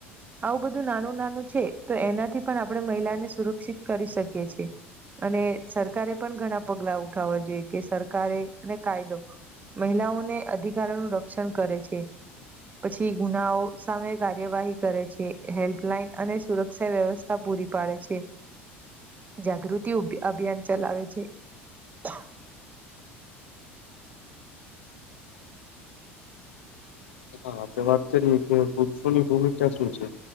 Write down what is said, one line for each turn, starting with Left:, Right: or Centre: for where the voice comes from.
Right: આવું બધું નાનું નાનું છે તો એનાથી પણ આપણે મહિલાને સુરક્ષિત કરી શકીએ છીએ. અને સરકારે પણ ઘણા પગલા ઉઠાવવા જોઈએ. કે સરકારે અને કાયદો મહિલાઓને અધિકારોનું રક્ષણ કરે છે. પછી ગુનાઓ સામે કાર્યવાહી કરે છે, હેલ્પલાઈન અને સુરક્ષા વ્યવ પૂરી પાડે છે. જાગૃતિ અભ અભિયાન ચલાવે છે. <unintelligible>
Left: હા આપડે વાત કરીએ કે પુરુષોની ભૂમિકતા શું છે